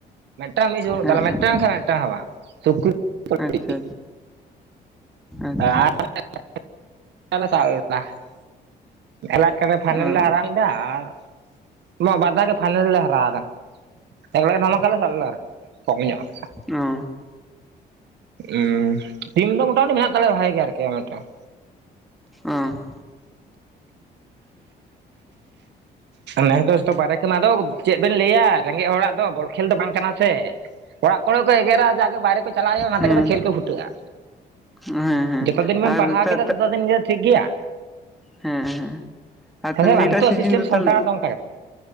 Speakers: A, on the right (about 75°); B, in the centre.
A: ᱢᱤᱫᱴᱟᱝ ᱢᱤᱥ ᱵᱟᱹᱱᱩᱜ
B: ᱦᱮᱸ
A: ᱛᱟᱞᱮ ᱢᱤᱫᱴᱟᱝ ᱠᱷᱟᱱ ᱢᱤᱫᱴᱟᱝ ᱦᱚᱸ ᱵᱟᱝ <unintelligible>
B: ᱟᱪᱪᱷᱟ ᱟᱪᱪᱷᱟ
A: <inaudible> ᱮᱞᱟᱠᱟᱨᱮ ᱯᱷᱟᱭᱱᱮᱞ
B: ᱚ
A: ᱞᱮ ᱦᱟᱨᱟᱣ ᱞᱮᱫᱟ ᱟᱨ ᱱᱚᱣᱟ ᱵᱟᱨᱫᱷᱟᱣ ᱜᱮ ᱯᱷᱟᱭᱱᱮᱞ ᱞᱮ ᱦᱟᱨᱟᱣ ᱠᱟᱱᱟ᱾ ᱛᱟᱜᱲᱟ ᱜᱮ ᱫᱷᱟᱢᱟᱠᱟ ᱞᱮᱫᱟ ᱟᱨᱠᱤ ᱠᱚᱢ ᱧᱚᱜ᱾
B: ᱚ᱾
A: ᱩᱸ, ᱴᱤᱢ ᱫᱚ ᱢᱳᱴᱟᱢᱩᱴᱤ ᱢᱮᱱᱟᱜ ᱛᱟᱞᱮᱭᱟ ᱵᱷᱟᱜᱮ ᱜᱮ ᱟᱨᱠᱤ ᱟᱢᱱᱤ ᱛᱮᱦᱚᱸ᱾
B: ᱟᱸ
A: ᱱᱮᱥ ᱫᱚ ᱡᱚ ᱵᱟᱨ ᱠᱟᱱᱟᱫᱚ ᱪᱮᱫ ᱵᱮᱱ ᱞᱟᱹᱭᱟ ᱨᱮᱸᱜᱮᱡ ᱦᱚᱲᱟᱜ ᱫᱚ ᱵᱚᱞ ᱠᱷᱮᱞ ᱫᱚ ᱵᱟᱝ ᱠᱟᱱᱟ ᱥᱮ᱾ ᱠᱚᱲᱟᱜ ᱠᱚᱨᱮ ᱠᱚ ᱮᱜᱟᱨᱟ ᱡᱮ ᱵᱟᱭᱨᱮ ᱠᱚ ᱪᱟᱞᱟᱣ
B: ᱦᱩᱸ
A: ᱠᱷᱮᱞ ᱠᱚ ᱯᱷᱩᱴᱟᱹᱜᱼᱟ
B: ᱦᱮᱸ ᱦᱮᱸ
A: ᱡᱚᱛᱚ ᱫᱤᱱᱢ
B: ᱟᱨ
A: ᱯᱟᱲᱦᱟᱣ
B: ᱛᱟ
A: ᱠᱮᱫᱟ ᱛᱚᱛᱚ ᱫᱤᱱ ᱜᱮ ᱴᱷᱤᱠ ᱜᱮᱭᱟ,
B: ᱦᱮᱸ ᱦᱮᱸ ᱟᱨ
A: ᱦᱮᱸ
B: ᱛ ᱱᱤᱭᱟᱹᱴᱟᱜ
A: ᱥᱮ ᱵᱟᱝ ᱱᱤᱛᱚᱜ
B: ᱥᱤᱡᱤᱱ
A: ᱥᱤᱥᱴᱮᱢ
B: ᱫᱚ
A: ᱥᱟᱱᱛᱟᱲᱟᱜ
B: ᱛᱟᱦᱮᱞ
A: ᱚᱱᱠᱟ ᱜᱮᱛᱚ